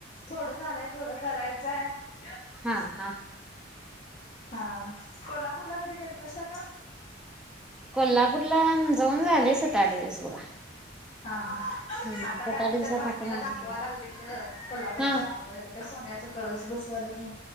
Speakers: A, on the left (about 40°); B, in the centre.
A: थोडं झालंय थोडं करायचं सार
B: हा हा
A: हा कोल्हापूरला कधी गेल ता का
B: कोल्हापूरला जाऊन झाले सात आठ दिस बघा
A: हा हा
B: हम्
A: आता
B: सात
A: काय म्हणतात
B: आठ दिवसा
A: बातमीला
B: पाठीमागे
A: दाखवा लागलेल कोल्हापूरच्या
B: हा
A: आमाबाईला काय सोन्याचा कळस बसवायले